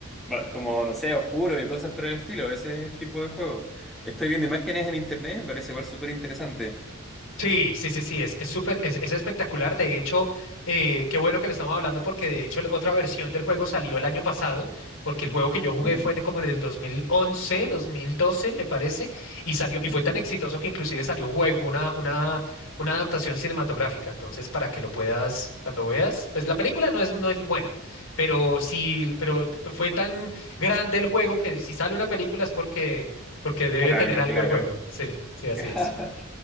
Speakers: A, in the centre; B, on the left.
A: va- como no sé, oscuros y cosas por el estilo, ese tipo de juego. Estoy viendo imágenes en internet, me parece igual súper interesante.
B: Sí, sí, sí, sí, es es súper, es, es espectacular. De hecho, eh, qué bueno que lo estamos hablando porque de hecho la otra versión del juego salió el año pasado, porque el juego que yo jugué
A: Ujú,
B: fue como en el 2011, 2012, me parece, y salió, y
A: ujú.
B: fue tan exitoso que inclusive salió un juego, una, una, una adaptación cinematográfica. Entonces, para que lo puedas, cuando veas, pues la película no es, no es buena, pero sí, pero fue tan grande el juego que si sale una película es porque, porque debe
A: Por algo,
B: tener algo
A: claro.
B: el juego. Sí, sí, así
A: <laughs>
B: es.